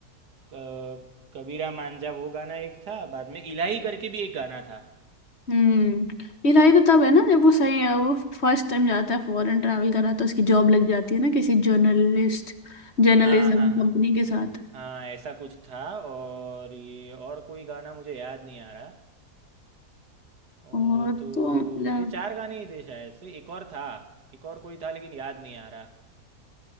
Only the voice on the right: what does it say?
क- कबीरा मांझा वो गाना एक था बाद में इलाही करके भी एक गाना था
हाँ हाँ हाँ
हाँ ऐसा कुछ था और ये और कोई गाना मुझे याद नहीं आ रहा और
तो
ये चार गाने ही थे शायद से एक और था एक और कोई था लेकिन याद नहीं आ रहा